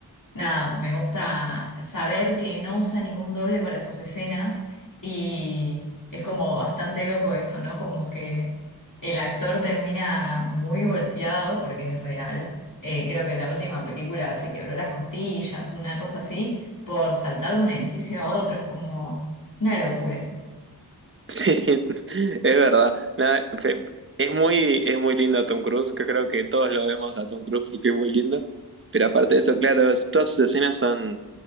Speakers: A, on the left; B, on the right.
A: nada, me gusta saber que no usa ningún doble para sus escenas y... Es como bastante loco eso, ¿no? Como que el actor termina muy golpeado porque es real. Eh, creo que en la última película se quebró las costillas, una cosa así, por saltar de un edificio a otro. Es como una locura.
B: Sí, es verdad. Nada, fe- es muy, es muy lindo Tom Cruise, que creo que todos lo vemos a Tom Cruise porque es muy lindo. Pero aparte de eso, claro, es- todas sus escenas son